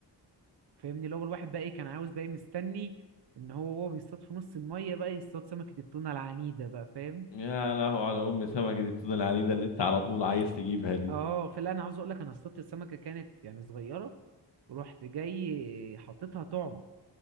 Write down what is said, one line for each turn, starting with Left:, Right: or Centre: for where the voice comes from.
Right: فاهمني لو الواحد بقى ايه كان عاوز بقى ايه مستني ان هو وهو بيصطاد في نص الميه بقى يصطاد سمكه التونه العنيده بقى فاهم
Left: يا لهو على ام سمكه التونه العنيده اللي انت على طول عايز تجيبها دي
Right: اه فلا انا عاوز اقول لك انا اصطادت السمكه كانت يعني صغيره ورحت جاي حاططها طعم